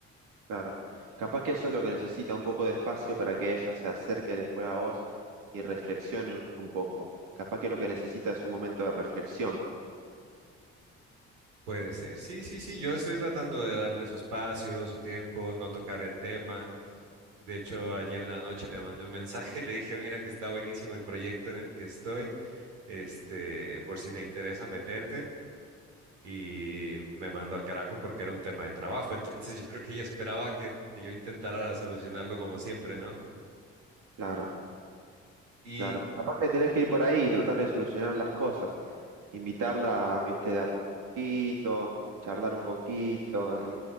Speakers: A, on the right (about 70°); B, on the right (about 85°).
A: claro. Capaz que eso es lo que necesita, un poco de espacio para que ella se acerque después a vos y reflexione un poco. Capaz que lo que necesita es un momento de reflexión.
B: Puede ser, sí, sí, sí, yo estoy tratando de darle su espacio, su tiempo, no tocar el tema. De hecho, ayer en la noche le mandé un mensaje <laughs> y le dije, mira que está buenísimo el proyecto en el que estoy, este, por si te interesa meterte. Y me mandó al carajo porque era un tema de trabajo, <laughs> entonces yo creo que ella esperaba que, que yo intentara solucionarlo como siempre, ¿no?
A: Claro.
B: Y
A: Claro, capaz que tenés que ir por ahí y tratar de solucionar las cosas, invitarla, viste, de a poquito, charlar un poquito, y